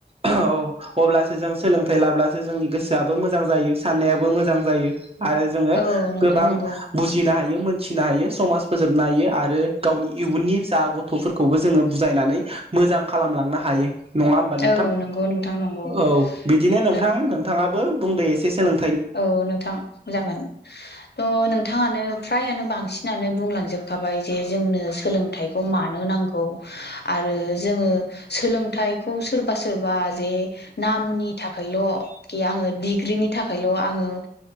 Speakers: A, on the right (about 35°); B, on the left (about 70°).
A: औ अब्लासो जों सोलोंथाइ लाब्लासो जोंनि गोसोआबो मोजां जाय़ो साननायाबो मोजां जायो आरो जों
B: औ नोंथां
A: गोबां
B: नंगौ
A: बुजिनो हायो मोनसिनो हायो समाज फोजोबनो हायो आरो गावनि इयुननि फिसा गथ'फोरखौबो जों बुजायनानै मोजां खालामलांनो हायो नङा होमबा नोंथां
B: औ नंगौ नोंथां नंगौ
A: औ बिदिनो नोंथां
B: नों
A: नोंथांङाबो बुंदो एसे सोलों
B: औ नोंथां जागोन औ नोंथांङानो फ्रायानो बांसिनानो बुंलांजोबखाबाय जे जोंनो सोलोंथाइखौ मानो नांगौ आ रो जों सोलोंथाइखौ सोरबा सोरबा जे नामनि थाखायल' कि ओं डिग्रीनि था खायल' आं औ